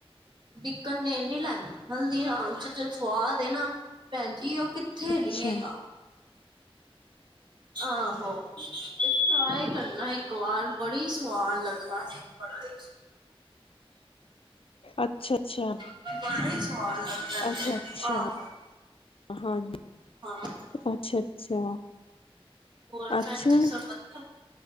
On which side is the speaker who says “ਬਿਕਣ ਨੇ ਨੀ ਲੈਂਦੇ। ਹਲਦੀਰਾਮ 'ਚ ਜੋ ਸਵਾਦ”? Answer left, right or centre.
Right